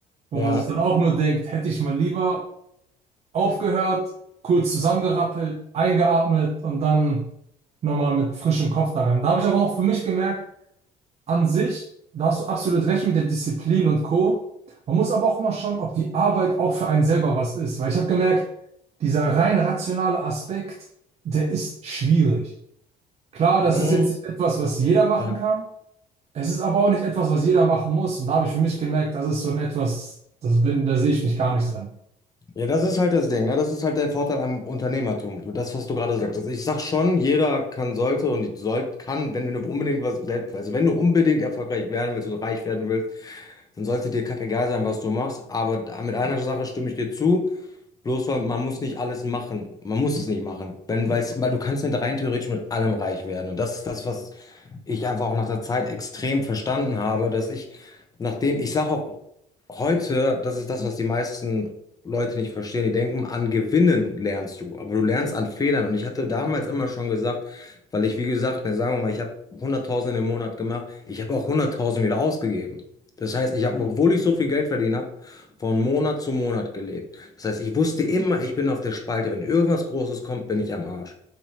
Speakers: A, on the right; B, on the left.
A: wo
B: Ja.
A: man sich dann auch nur denkt, hätte ich mal lieber aufgehört, kurz zusammengerappelt, eingeatmet und dann nochmal mit frischem Kopf daran. Da habe ich aber auch für mich gemerkt, an sich, da hast du absolut recht mit der Disziplin und Co. Man muss aber auch mal schauen, ob die Arbeit auch für einen selber was ist. Weil ich habe gemerkt, dieser rein rationale Aspekt, der ist schwierig. Klar,
B: Mhm.
A: das ist jetzt nicht etwas, was jeder machen
B: Ja.
A: kann. Es ist aber auch nicht etwas, was jeder machen muss. Und da habe ich für mich gemerkt, das ist so ein etwas, das bin, da sehe ich mich gar nicht dran.
B: Ja, das ist halt das Ding, ne? Das ist halt der Vorteil am Unternehmertum. Das, was du gerade sagst. Also ich sag schon, jeder kann, sollte und soll, kann, wenn du unbedingt was selbst, also wenn du unbedingt erfolgreich werden willst und reich werden willst, dann sollte dir kackegal sein, was du machst. Aber mit einer Sache stimme ich dir zu. Bloß weil man muss nicht alles machen. Man muss es nicht machen. Wenn, weil's, weil du kannst mit rein theoretisch mit allem reich werden. Und das ist das, was ich einfach auch nach der Zeit extrem verstanden habe, dass ich, nachdem, ich sage auch heute, das ist das, was die meisten Leute nicht verstehen. Die denken, an Gewinnen lernst du, aber du lernst an Fehlern. Und ich hatte damals immer schon gesagt, weil ich, wie gesagt, ne, sagen wir mal, ich habe hunderttausend im Monat gemacht, ich habe auch hunderttausend wieder ausgegeben. Das heißt, ich habe, obwohl ich so viel Geld verdient habe, von Monat zu Monat gelebt. Das heißt, ich wusste immer, ich bin auf der Spalte. Wenn irgendwas Großes kommt, bin ich am Arsch.